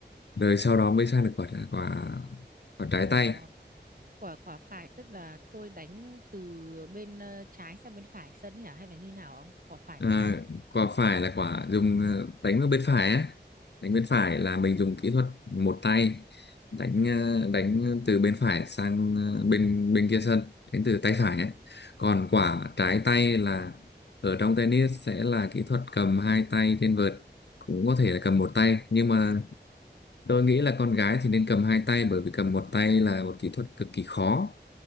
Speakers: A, on the left; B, on the right.
A: rồi sau đó mới sang được quả quả quả trái
B: Ôi
A: tay
B: dồi ôi, quả quả phải tức là tôi đánh từ bên ờ, trái sang bên phải sân ấy hả hay là như nào không? Quả phải
A: À,
B: là sao?
A: quả phải là quả dùng ờ, đánh vào bên phải á đánh bên phải là mình dùng kỹ thuật một tay đánh ờ, đánh từ bên phải sang ờ, bên bên kia sân đánh từ tay phải ấy còn quả trái tay là ở trong tennis sẽ là kỹ thuật cầm hai tay trên vợt cũng có thể là cầm một tay nhưng mà Tôi nghĩ là con gái thì nên cầm hai tay bởi vì cầm một tay là một kỹ thuật cực kỳ khó.